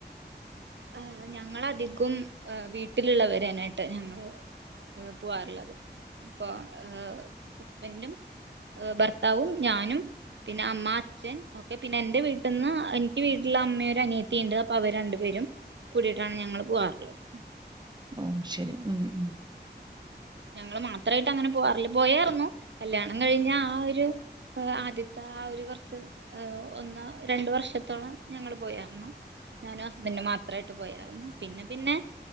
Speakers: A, on the right; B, on the right.
A: ആഹ് ഞങ്ങള് അധികം വീട്ടിലുള്ളവരെന്നായിട്ട് ഞങ്ങള് പോവാറുള്ളത്. അപ്പ ആഹ് ഹസ്ബൻഡും, ഭർത്താവും, ഞാനും പിന്നെ അമ്മ, അച്ഛൻ ഒക്കെ പിന്നെ എന്റെ വീട്ടിന്ന് എനിക്ക് വീട്ടില് അമ്മയൊര് അനിയത്തിയിണ്ട് അപ്പൊ അവര് രണ്ടുപേരും. കൂടിയിട്ടാണ് ഞങ്ങള് പോവാറിള്ളത്.
B: ഓ ശരി ഉം ഉം
A: ഞങ്ങള് മാത്രായിട്ട് അങ്ങനെ പോകാറില്ല. പോയാറുന്നു കല്യാണം കഴിഞ്ഞ ആ ഒരു ആദ്യത്തെ ആ ഒരു കുറച്ച് ആഹ് ഒന്ന് രണ്ട്. വർഷത്തോളം ഞങ്ങള് പോയാരുന്നു. ഞാനും ഹസ്ബൻഡും മാത്രായിട്ട് പോയാറുന്നു. പിന്നെ പിന്നെ